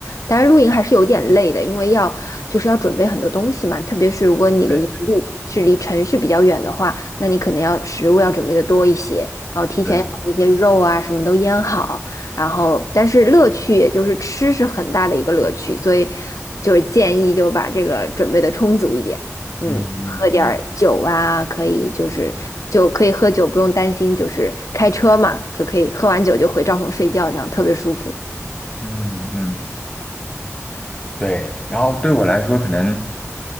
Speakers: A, on the left; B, on the left.
A: 当然，露营还是有点累的，因为要就是要准备很多东西嘛，特别是如果你的营地是离城市比较远的话，
B: 对
A: 那你可能要食物要准备的多一些，然后提前要把那些肉啊什么都腌好，
B: 对，
A: 然后但是乐趣也就是吃是很大的一个乐趣，所以就是建议就把这个准备的充足一点。嗯，
B: 嗯嗯嗯。
A: 喝点儿酒啊，可以就是就可以喝酒，不用担心就是开车嘛，就可以喝完酒就回帐篷睡觉，这样特别舒服。
B: 嗯嗯。对，然后对我来说，可能